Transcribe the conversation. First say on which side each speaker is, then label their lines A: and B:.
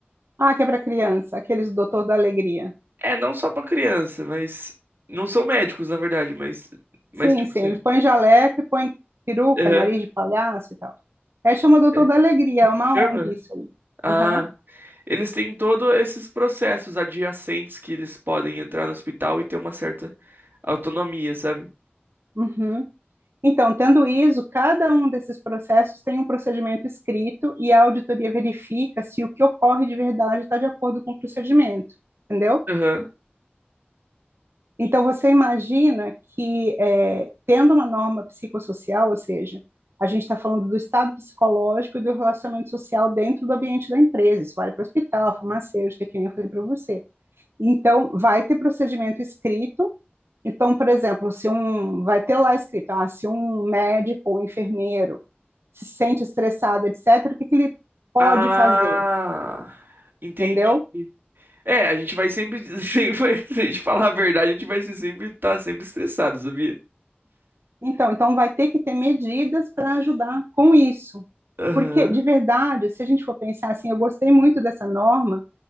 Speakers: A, on the right; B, on the right.
A: Ah, que é para criança, aqueles do Doutor da Alegria.
B: É, não só pra criança, mas. Não são médicos, na verdade, mas. Mas,
A: Sim,
B: tipo
A: sim,
B: assim.
A: eles põem jaleco e põem peruca,
B: aham,
A: nariz de palhaço e tal. É chama Doutor
B: é.
A: da Alegria, é uma
B: Chama?
A: ONG isso aí.
B: Ah.
A: Aham,
B: Eles têm todos esses processos adjacentes que eles podem entrar no hospital e ter uma certa autonomia, sabe?
A: uhum. Então, tendo ISO, cada um desses processos tem um procedimento escrito e a auditoria verifica se o que ocorre de verdade está de acordo com o procedimento, entendeu?
B: Aham.
A: Então, você imagina que, é, tendo uma norma psicossocial, ou seja, a gente está falando do estado psicológico e do relacionamento social dentro do ambiente da empresa, isso vale para o hospital, farmacêutica, que nem eu falei para você. Então, vai ter procedimento escrito. Então, por exemplo, se um vai ter lá escrito, ah, se um médico ou enfermeiro se sente estressado, etc., o que, que ele pode
B: Ah.
A: fazer,
B: Entendi.
A: entendeu?
B: É, a gente vai sempre, <laughs> sempre vai- se a gente falar a verdade, a gente vai ser sempre estar sempre estressado, sabia?
A: Então, então vai ter que ter medidas para ajudar com isso.
B: Aham.
A: Porque, de verdade, se a gente for pensar assim, eu gostei muito dessa norma,